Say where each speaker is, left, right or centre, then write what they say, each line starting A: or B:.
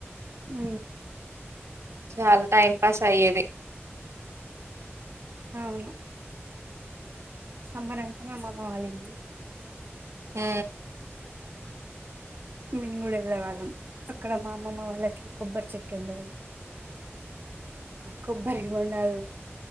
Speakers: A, on the right (about 50°); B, on the right (about 90°).
A: ఆ
B: చాలా టైం పాస్ అయ్యేది
A: అవును సమ్మర్ అంతనే అమ్మకోవాలింది
B: హ
A: మేము కూడా వెళ్ళే వాళ్ళం అక్కడ మా అమ్మమ్మ వాళ్ళకి కొబ్బరి చెట్టు ఉండేది కొబ్బరి బొండాలు